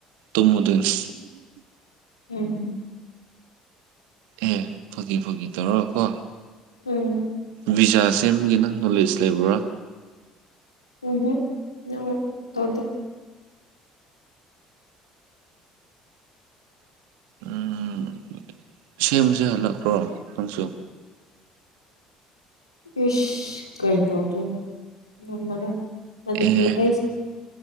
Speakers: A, on the right (about 65°); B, on the left (about 80°).
A: ꯇꯨꯝꯃꯗꯣꯏꯅꯤ
B: ꯎꯝ
A: ꯑꯦ ꯐꯒꯤ ꯐꯒꯤ ꯇꯧꯔꯀꯣ
B: ꯎꯝ
A: ꯕꯤꯖꯥ ꯁꯦꯝꯕꯒꯤ ꯅꯪ ꯅꯣꯂꯦꯖ ꯂꯩꯕ꯭ꯔꯥ
B: ꯎꯝ ꯍꯝ ꯎ ꯇꯗ
A: ꯎꯝ ꯁꯦꯝꯕꯁꯦ ꯍꯜꯂꯛꯄ꯭ꯔꯣ ꯅꯪꯁꯨ
B: ꯏꯁ ꯀꯥꯏ ꯇꯧꯗ ꯉꯅ ꯃꯅꯤꯄꯨꯔꯗ
A: ꯑꯦ